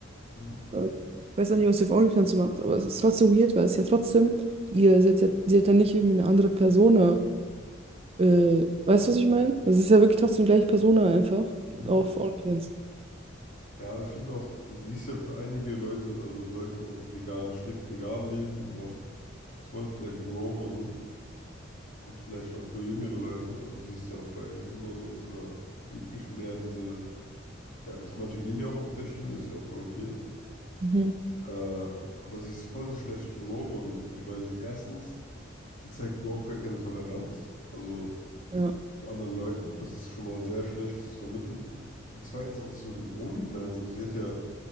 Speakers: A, on the left (about 40°); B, on the right (about 30°).
A: Mhm.
B: Äh, Ich weiß auch nicht, was sie auf OnlyFans macht, aber es ist trotzdem weird, weil es ja trotzdem ihr, sie hat, ja- sie hat dann nicht irgendwie eine andere Persona. Äh, weißt du, was ich meine? Das ist ja wirklich trotzdem die gleiche Persona einfach
A: Mhm.
B: auf OnlyFans.
A: Ja, ich finde auch, sie ist ja für einige Leute, also Leute, die auch vegan, strikt vegan leben und auch, das wollen vielleicht ein Role Model und vielleicht auch für jüngere Leute. Also sie ist ja auch bei Kindern jetzt oder Jugendlichen mehr diese, ja, dass manche gehen ja auch auf der Schiene, ist ja auch voll okay.
B: Mhm.
A: Äh, aber sie ist voll das schlechte Role Model, finde ich, weil sie erstens, sie zeigt überhaupt gar keine Toleranz, also
B: Ja.
A: zu anderen Leuten. Das ist schon mal sehr schlecht, das zu vermitteln. Und zweitens auch das mit dem OnlyFans. Also sie hat ja